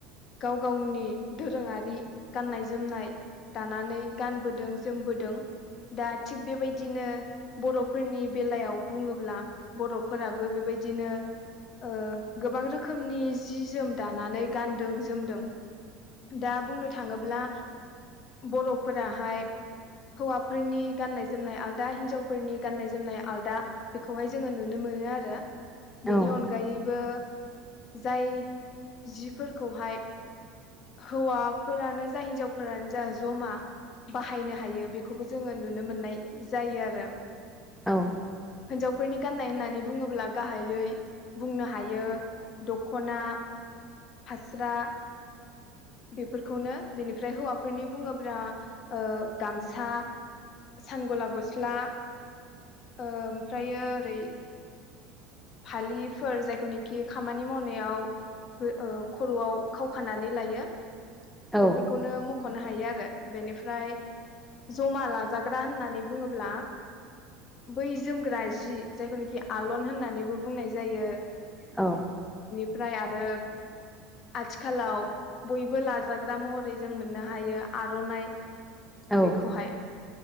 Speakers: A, on the left; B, in the centre.
A: गाव गावनि दोरोङारि गाननाय जोमनाय दानानै गानबोदों जोमबोदों । दा थिग बेबायदिनो बर'फोरनि बेलायाव बुङोब्ला बर'फोराबो बेबाय दिनो ओ गोबां रोखोमनि जि जोम दानानै गानदों जोमदों। दा बुंनो थाङोब्ला बर'फोराहाय हौवाफोरनि गाननाय जोमनाय आलदा हिनजावफोरनि गाननाय जोमनाय आलदा बेखौहाय जोङो नुनो मोनो आरो ।
B: औ ।
A: अनगायैबो जाय जिफोरखौहाय हौवाफोरानो जा हिनजावफोरानो जा जमा बाहायनो हायो बे बेखौबो जोङो नुनो मोननाय जायो आरो ।
B: औ ।
A: हिनजावफोरनि गान्नाय होननानै बुङोब्ला गाहायै बुंनो हायो दख'ना फास्रा बेफोरखौनो बेनिफ्राय हौवाफोरनि बुङोब्रा ओ गामसा सान गला गस्ला ओ ओमफ्रायो ओरै फालिफोर जायखौनिखि खामानि मावनायाव बो ओ खर'आव खावखानानै लायो
B: औ
A: बेफोरखौनो म ख'नो हायो आरो बेनिफ्राय जमा लाजाग्रा होननानै बुङोब्ला बै जोमग्रा जि जायखौनोखि आलन होननानैबो बुंनाय जायो ।
B: औ
A: ओमफ्राय आरो आथिखालाव बयबो लाजाग्रा महरै जों मोननो हायो आर'नाइ
B: औ
A: बेखौहाय